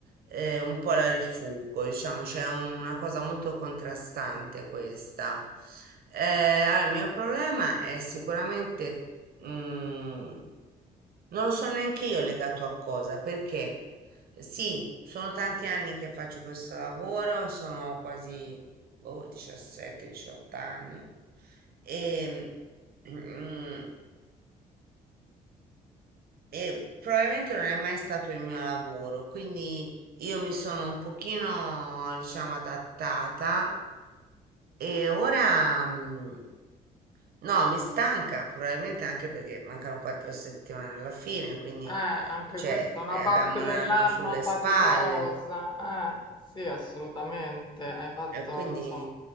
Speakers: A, on the right; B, on the left.
A: eh, un po' la rifuggo, diciamo, c'è un- una cosa molto contrastante questa. Eh, allora, il mio problema è sicuramente, mm, non lo so neanche io legato a cosa, perché sì, sono tanti anni che faccio questo lavoro, sono quasi boh, 17-18 anni. E, mm, e probabilmente non è mai stato il mio lavoro, quindi io mi sono un pochino, diciamo, adattata e ora, mm, no, mi stanca, probabilmente anche perché mancano quattro settimane alla fine, quindi,
B: Eh, anche
A: cioè,
B: questa è una
A: eh,
B: parte
A: abbiamo
B: dell'anno
A: un anno sulle
B: faticosa.
A: spalle
B: Eh, sì, assolutamente. Hai fatto,
A: e quindi
B: insomma,